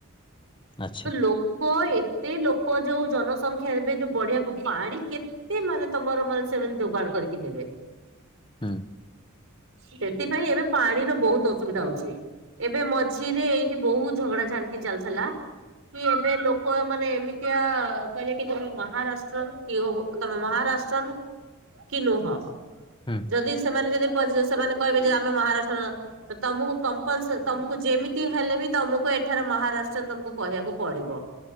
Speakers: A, on the left (about 25°); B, on the right (about 65°).
A: ଆଚ୍ଛା
B: ତ ଲୋକ ଏ ଏତେ ଲୋକ ଯୋଉ ଜନସଂଖ୍ୟା ଏବେ ଯୋଉ ବଢିଆକୁ ପାଣି କେ ତେ ମାନେ ତମର ମାନେ ସେମାନେ ଯୋଗାଡ଼ କରିକି ଦେବେ।
A: ହୁଁ
B: ସେଥିପାଇଁ ଏବେ ପାଣିର ବହୁତ ଅସୁବିଧା ହଉଛି। ଏବେ ମଝିରେ ଏଇଠି ବହୁତ ଝଗଡା ଝାଣ୍ଟି ଚାଲିଥିଲା କି ଏବେ ଲୋକ ମାନେ ଏମିତିଆ କହିଲେ କି ତମେ ମହାରାଷ୍ଟ୍ରନ୍ କି ଓହୋ ତମେ ମହାରାଷ୍ଟ୍ରନ୍ କି ନୁହଁ
A: ହୁଁ।
B: ଯଦି ସେମାନେ ଯଦି ପଚା ସେମାନେ କହିବେ ଯେ ଆମେ ମହାରାଷ୍ଟ୍ରର ତ ତମକୁ କମ୍ପଲସ ତମକୁ ଯେମିତି ହେଲେ ବି ତମକୁ ଏଠାରେ ମହାରାଷ୍ଟ୍ରନ୍ ତମକୁ କହିବାକୁ ପଡିବ।